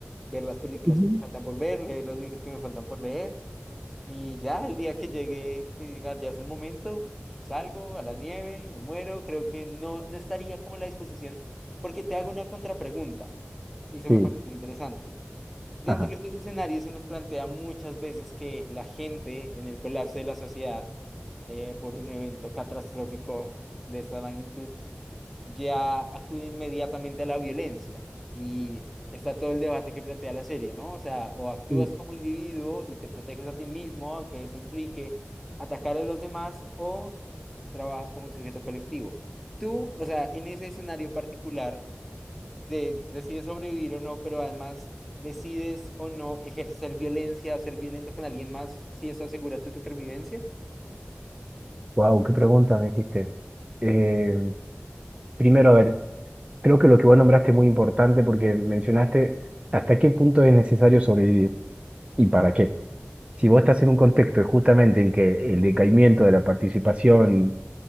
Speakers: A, in the centre; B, on the right (about 25°).
A: ver las películas
B: Ujú.
A: que me faltan por ver, leer los libros que me faltan por leer y ya el día que llegue, que diga, ya es el momento, salgo a la nieve, me muero, creo que no, no estaría como a la disposición, porque te hago una contrapregunta, y eso
B: sí,
A: me parece muy interesante. Dentro
B: ajá.
A: de estos escenarios se nos plantea muchas veces que la gente en el colapso de la sociedad eh, por un evento catastrófico de esta magnitud ya acude inmediatamente a la violencia. Y está todo el debate que plantea la serie, ¿no? O sea, o actúas
B: Sí.
A: como individuo y te proteges a ti mismo, aunque eso implique atacar a los demás, o trabajas como un sujeto colectivo. Tú, o sea, en ese escenario particular, de, decides sobrevivir o no, pero además decides o no ejercer violencia o ser violento con alguien más si eso asegura tu supervivencia.
B: Wow, qué pregunta me hiciste. Eh, primero, a ver, creo que lo que vos nombraste es muy importante porque mencionaste hasta qué punto es necesario sobrevivir y para qué. Si vos estás en un contexto justamente en que el decaimiento de la participación